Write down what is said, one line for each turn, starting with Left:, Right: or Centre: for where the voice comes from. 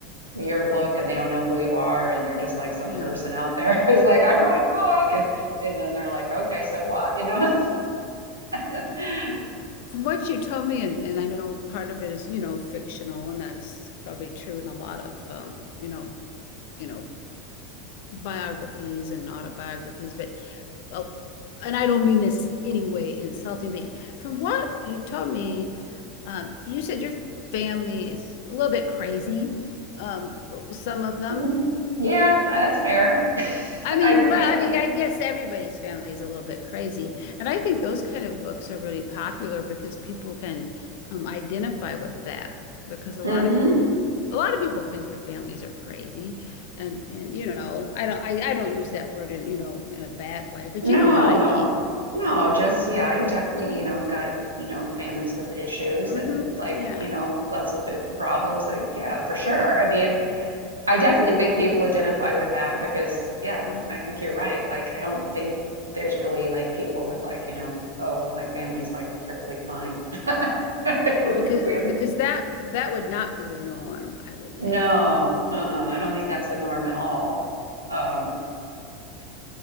Right: your book and they don't know who you are and you're just like some
Left: Yeah.
Right: person out there <laughs> who's like, I wrote a book and and then they're like, okay, so what? You know? <laughs>
Left: From what you told me, and, and I know part of it is, you know, fictional, and that's probably true in a lot of, um, you know, you know, biographies and autobiographies, but well, and I don't mean this any way insulting, but from what you told me, um, you said your family is a little bit crazy, um, some of them.
Right: Mhm. Yeah, that's fair. <laughs>
Left: I mean,
Right: I yeah.
Left: well, I mean, I guess everybody's family is a little bit crazy. And I think those kind of books are really popular because people can um, identify with that because a
Right: hmm
Left: lot of people a lot of people think their families are crazy. And and you know, I don't I, I don't use that word in, you know, in a bad way, but
Right: No,
Left: you know what I
Right: no.
Left: mean.
Right: No, just yeah, you definitely, you know, got, you know, families with issues
Left: hmm
Right: and like,
Left: Yeah.
Right: you know, lots of big problems like yeah, for sure.
Left: Yeah.
Right: I mean, I definitely think people identify with that because yeah,
Left: hmm
Right: I think you're right. Like I don't think there's really like people with like, you know, oh, my family's like perfectly fine. <laughs>
Left: Because
Right: We have
Left: because that that would not be the norm, I would
Right: no,
Left: think.
Right: uh-uh,
Left: Yeah.
Right: I don't think that's the norm at all. Um,